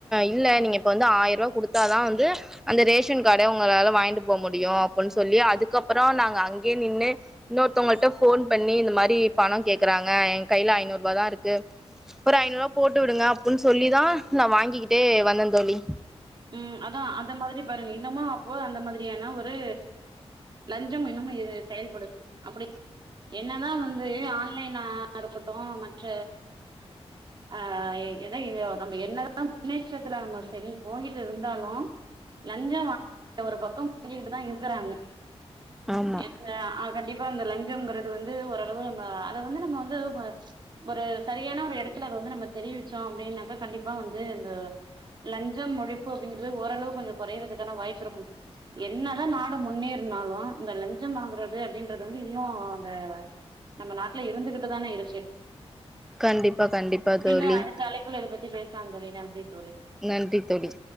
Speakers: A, in the centre; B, on the right.
A: இல்ல நீங்க இப்போ வந்து ஆயிருவா குடுத்தாதா வந்து அந்த ரேஷன் காடே உங்களாள வாங்கிட்டு போவ் முடியு அப்டின் சொல்லி அதுக்கப்புறோ நாங்க அங்கே நின்று இன்னொருத்தவ்கள்ட போன் பண்ணி இந்த மாரி பணோ கேக்குறாங்க அ எ கையில ஐநூறுபா தா இருக்கு ஒரு ஐநூறுவா போட்டு விடுங்க அப்புன் சொல்லி தா நா வாங்கிக்கிட்டே வந்த தோழி
B: ம் அதா அந்த மாதிரி பாருங்க இன்னமா அப்போ அந்த மாதிரி ஏனா ஒரு லஞ்சம் இன்னமே செயல்படுது அப்புடி என்னதா வந்து ஆன்லைனா இருக்கட்டு மற்ற அ எத எங்க நம்ம என்னதா முன்னேற்றத்துல நம்ம செல் போயிட்டு இருந்தாலு லஞ்ச வாங்கக்கூடிய ஒரு பக்கோ வாங்கிட்டு தா இருக்கறாங்க
A: ஆமா
B: என்ன அ கண்டிப்பா இந்த லஞ்சம்ங்கிறது வந்து ஓரளவு அத வந்து நம்ம வந்து வ ஒரு சரியான ஒரு இடத்துலது வந்து நம்ம தெரிவிச்சோ அப்டின்னாக்கா கண்டிப்பா வந்து இந்த லஞ் ஞ்சம் ஒழிப்பு அப்படிங்கர்து ஓரளவு கொஞ்சோ குறையறிதுக்கான வாய்ப்பு இருக்கு என்னதா நாடு முன்னேறினாலு இந்த லஞ்சம் வாங்குறது அப்டின்றது வந்து இன்னு அந்த நம்ம நாட்ல இருந்துகிட்டுதான இருச்சு
A: கண்டிப்பா கண்டிப்பா
B: மீண்டு
A: தோழி
B: அடுத்த அழைப்புல இத பத்தி பேசலாந் தோழி நன்றி தோழி
A: நன்றி தோழி